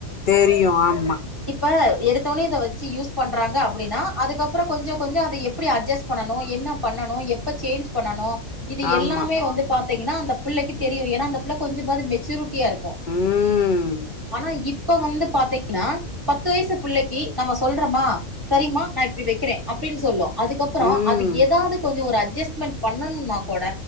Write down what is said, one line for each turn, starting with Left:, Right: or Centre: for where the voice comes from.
Left: தெரியு ஆமா
Right: இப்ப எடுத்தவொனே இத வச்சு யூஸ் பண்றாங்க அப்டின்னா அதுக்கப்பற கொஞ்ச கொஞ்ச அது எப்டி அஜஸ் பண்ணனு என்ன பண்ணனு எப் இப்ப சேஞ்ச் பண்ணனு இது
Left: ஆமா
Right: எல்லாமே வந்து பாத் திங்னா அந்த புள்ளக்கு தெரியு ஏன்னா அந்த புள்ள கொஞ்சமாது மெச்சூர டிய இருக்கு
Left: ம்
Right: ஆனா இப் இப்ப வந்து பாத்தீங்ன்னா பத்து வயசு புள்ளக்கு நம்ம சொல்றமா சரிங்மா நா இப்டி வக்கிறே அப்டின்னு சொல்லு அதுக்கப்பற
Left: ம்
Right: அது ஏதாது கொஞ்ச ஒரு அ அஜஸ்மென்ட் பண்ணணும்னா கூட